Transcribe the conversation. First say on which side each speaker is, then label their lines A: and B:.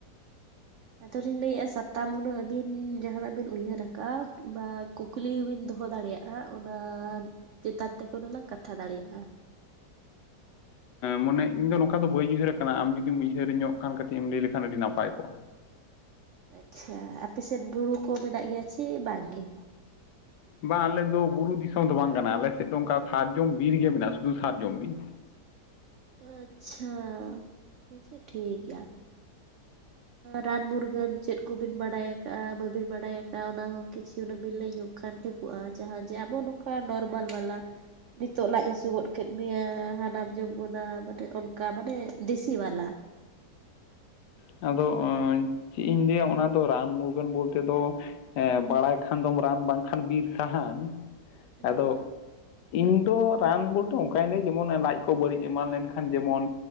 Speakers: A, on the right; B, on the left.
A: ᱟᱫᱚᱞᱤᱧ ᱞᱟᱹᱭᱮᱫᱼᱟ ᱥᱟᱛᱟᱢ ᱦᱩᱱᱟᱹᱝ ᱟᱹᱵᱤᱱ ᱡᱟᱦᱟᱱᱟᱜ ᱵᱤᱱ ᱩᱭᱦᱟᱹᱨ ᱟᱠᱟᱜᱼᱟ ᱵᱟ ᱠᱩᱠᱞᱤ ᱵᱤᱱ ᱫᱚᱦᱚ ᱫᱟᱲᱮᱭᱟᱜᱼᱟ ᱚᱱᱟ ᱪᱮᱛᱟᱱ ᱛᱮᱠᱚ ᱦᱩᱱᱟᱹᱜ ᱞᱟᱝ ᱠᱟᱛᱷᱟ ᱫᱟᱲᱮᱭᱟᱜᱼᱟ
B: ᱢᱟᱱᱮ ᱤᱧ ᱫᱚ ᱱᱚᱝᱠᱟ ᱫᱚ ᱵᱟᱹᱧ ᱩᱭᱦᱟᱹᱨ ᱟᱠᱟᱱᱟ ᱟᱢ ᱡᱩᱫᱤᱢ ᱩᱭᱦᱟᱹᱨ ᱧᱚᱜ ᱠᱷᱟᱱ ᱠᱟᱹᱴᱤᱡ ᱮᱢ ᱞᱟᱹᱭ ᱞᱮᱠᱷᱟᱱ ᱟᱹᱰᱤ ᱱᱟᱯᱟᱭ ᱠᱚᱜᱼᱟ
A: ᱟᱪᱪᱷᱟ ᱟᱯᱮᱥᱮᱫ ᱵᱩᱨᱩ ᱠᱚ ᱢᱮᱱᱟᱜ ᱜᱮᱭᱟ ᱥᱮ ᱵᱟᱝ ᱜᱮ
B: ᱵᱟᱝ ᱟᱞᱮ ᱫᱚ ᱵᱩᱨᱩ ᱫᱤᱥᱚᱢ ᱫᱚ ᱵᱟᱝ ᱠᱟᱱᱟ ᱞᱮ ᱟᱞᱮ ᱥᱮᱫ ᱫᱚ ᱚᱱᱠᱟ ᱥᱟᱨᱡᱚᱢ ᱵᱤᱨ ᱜᱮ ᱢᱮᱱᱟᱜᱼᱟ ᱥᱩᱫᱷᱩ ᱥᱟᱨᱡᱚᱢ ᱵᱤᱨ
A: ᱟᱪᱪᱷᱟ ᱟᱪᱪᱷᱟ ᱴᱷᱤᱠ ᱜᱮᱭᱟ ᱨᱟᱱ ᱢᱩᱨᱜᱟᱹᱱ ᱪᱮᱫ ᱠᱚᱵᱤᱱ ᱵᱟᱰᱟᱭ ᱟᱠᱟᱜᱼᱟ ᱵᱟᱹᱵᱤᱱ ᱵᱟᱰᱟᱭ ᱟᱠᱟᱜᱼᱟ ᱚᱱᱟ ᱦᱚᱸ ᱠᱤᱪᱷᱩ ᱦᱩᱱᱟᱹᱜ ᱵᱤᱱ ᱞᱟᱹᱭ ᱧᱚᱜ ᱞᱮᱠᱷᱟᱱ ᱴᱷᱤᱠ ᱠᱚᱜᱼᱟ ᱡᱟᱦᱟᱸ ᱡᱮ ᱟᱵᱚ ᱱᱚᱝᱠᱟ ᱱᱚᱨᱢᱟᱞ ᱵᱟᱞᱟ ᱱᱤᱛᱚᱜ ᱞᱟᱡ ᱦᱟᱹᱥᱩ ᱜᱚᱫ ᱠᱮᱫ ᱢᱮᱭᱟ ᱦᱟᱱᱟ ᱡᱚᱢ ᱜᱚᱫᱟ ᱢᱟᱱᱮ ᱚᱱᱠᱟ ᱢᱟᱱᱮ ᱫᱮᱥᱤ ᱵᱟᱞᱟ
B: ᱟᱫᱚ ᱪᱮᱫ ᱤᱧ ᱞᱟᱹᱭᱟ ᱚᱱᱟ ᱫᱚ ᱨᱟᱱ ᱢᱩᱨᱜᱟᱹᱱ ᱵᱚᱞᱛᱮ ᱫᱚ ᱵᱟᱲᱟᱭ ᱠᱷᱟᱱ ᱫᱚᱢ ᱨᱟᱱ ᱵᱟᱝᱠᱷᱟᱱ ᱵᱤᱨ ᱥᱟᱦᱟᱱ ᱟᱫᱚ
A: ᱦᱳᱭ
B: ᱤᱧ ᱫᱚ ᱨᱟᱱ ᱵᱚᱞᱛᱮ ᱫᱚ ᱚᱱᱠᱟ ᱱᱟᱜ ᱡᱮᱢᱚᱱ ᱞᱟᱡ ᱠᱚ ᱵᱟᱹᱲᱤᱡ ᱮᱢᱟᱱ ᱞᱮᱱᱠᱷᱟᱱ ᱡᱮᱢᱚᱱ